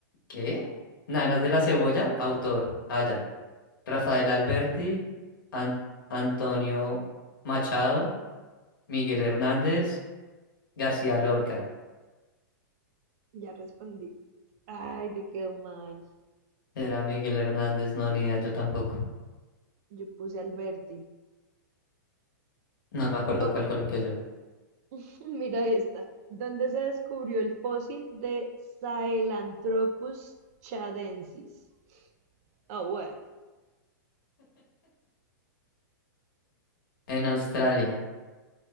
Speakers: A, on the left (about 85°); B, on the right (about 45°).
A: ¿Qué? Nanas de la Cebolla, autor. Ah, ya. Rafael Alberti, An- Antonio Machado, Miguel Hernández, García Lorca.
B: Ya respondí. Ay, me quedó mal.
A: Era Miguel Hernández, no, ni idea, yo tampoco.
B: Yo puse Alberti.
A: No me acuerdo
B: Do-
A: cuál coloqué yo.
B: <laughs> Mira esta. ¿Dónde se descubrió el fósil de Sahelanthropus chadensis? Ah, bueno.
A: En Australia,